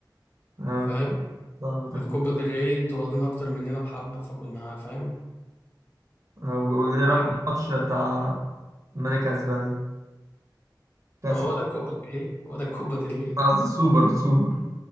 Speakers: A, on the right (about 45°); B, on the left (about 25°).
A: اه
B: فاهم
A: فاهمك
B: والكوبا ديل ري انتوا واخدينها اكتر مننا بحبه فكنا فاهم
A: آه، وايه رايك
B: يعني
A: في الماتش بتاع ملك اسبانيا كاس
B: ما هو ده الكوبا ديل ري هو ده الكوبا ديل ري
A: أنا قصدي السوبر السوبر